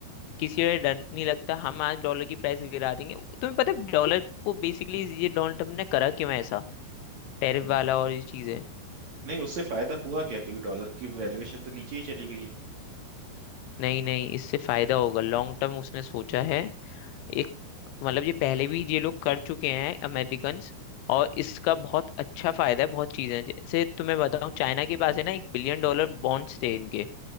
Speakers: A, on the left; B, on the right.
A: किसी का डर नहीं लगता हम आज डॉलर की प्राइस गिरा देंगे तुम्हें पता है डॉलर को बेसिकली ये डोनाल्ड ट्रम्प ने करा क्यों है ऐसा टैरिफ
B: हम्म।
A: वाला और ये चीजें
B: नहीं उससे फायदा हुआ क्या क्योंकि डॉलर की वैल्यूएशन तो नीचे ही चली गई है
A: नहीं नहीं इससे फायदा होगा लॉन्ग टर्म उसने सोचा है एक मतलब ये पहले भी ये लोग कर चुके हैं अमेरिकन्स और इसका बहुत अच्छा फायदा है बहुत चीजें हैं। जैसे तुम्हें बताऊं चाइना के पास है ना एक बिलियन डॉलर बॉन्ड्स थे इनके